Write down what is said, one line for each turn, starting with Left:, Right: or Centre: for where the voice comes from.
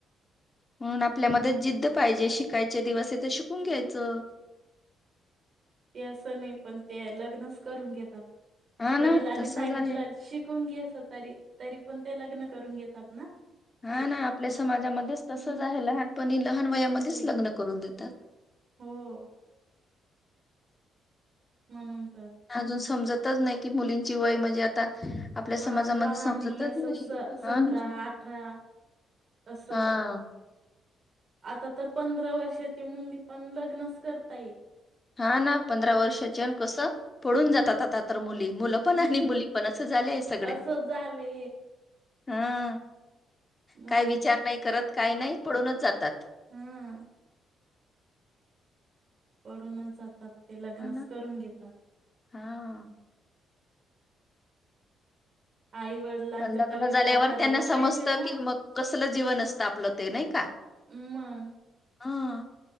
Left: म्हणून आपल्यामध्ये जिद्द पाहिजे शिकायचे दिवस तर शिकून
Right: हम्म
Left: घ्यायचं.
Right: ते असं नाही पण ते लग्नच करून घेतात.
Left: हा ना
Right: वडिलांनी
Left: तसच
Right: सांगितलं
Left: आहे
Right: शिकून घे असं तरी तरी पण ते लग्न करून घेतात ना.
Left: हा
Right: ताई
Left: ना आपल्या समाजामध्येच तसच
Right: हम्म
Left: आहे लहानपणी लहान
Right: असंच
Left: वयामध्येच
Right: आहे
Left: लग्न करून देतात.
Right: हो म्हणून तर
Left: अजून समजत नाही की मुलींची वय म्हणजे आता आपल्या समाजामध्ये
Right: हा लहान
Left: समजतच
Right: असं
Left: नाही
Right: स
Left: हा
Right: सतरा
Left: ना
Right: अठरा असं
Left: हा
Right: आता तर पंधरा वर्षाची मुली पण लग्नच करता ये
Left: हा ना पंधरा वर्षाच्यान कसं? पळून जातात आता तर मुली. मुलं पण
Right: हम्म
Left: आणि मुली पण अस झाले आहे सगळे
Right: असंच झाले
Left: हा
Right: म्हणून
Left: काय विचार नाही करत काय नाही. पडूनच जातात.
Right: हम्म. पडूनच जातात. ते लग्नच
Left: हा ना
Right: करून घेतात.
Left: हा
Right: आई वडिलांचा
Left: पण लग्न
Right: तर विचार
Left: झाल्यावर
Right: करायला
Left: त्यांना समजत
Right: पाहिजेल ना
Left: कि मग कसल जीवन असतं आपलं ते नाय का?
Right: मग
Left: हां.